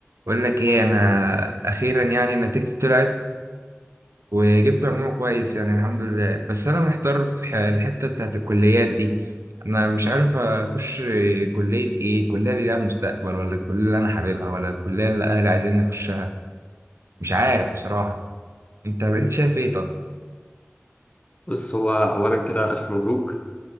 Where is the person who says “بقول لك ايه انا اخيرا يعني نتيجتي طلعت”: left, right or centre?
Right